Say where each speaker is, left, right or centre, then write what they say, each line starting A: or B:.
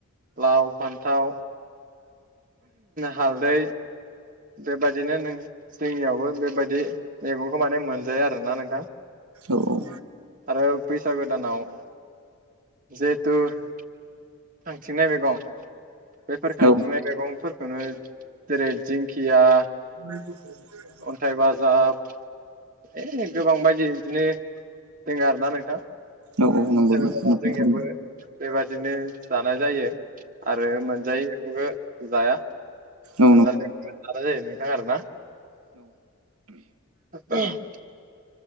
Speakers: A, on the right; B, on the right.
A: लाव, फान्थाव हालदै बेबादिनो नों जोंनियावबो बेबायदि मैगंखौ माने मोनजाया आरोना नोंथां।
B: औ औ।
A: आरो बैसागो दानाव जिहेथु खांथिंनाय मैगं बेफोर खां
B: औ
A: थिंनाय मेगंफोरखौनो जेरै दिंखिया
B: <unintelligible>
A: अन्थाइ बाजाब इयै गोबांबायायदि बिदिनो दोङो आरो ना नोंथां।
B: औ औ नंगौ। औ
A: गोदानाव
B: नंगौ
A: जोंनियावबो बेबायादिनो जानाय जायो आरो मोनजायैयावबो जाया
B: नंगौ औ
A: मोनजानाय जानाय जायो नोंथां आरो ना। <unintelligible>